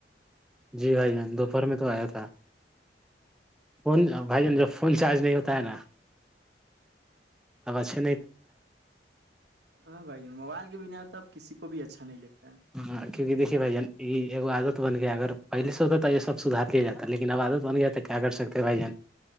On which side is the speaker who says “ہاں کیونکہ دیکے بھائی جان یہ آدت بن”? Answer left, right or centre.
Centre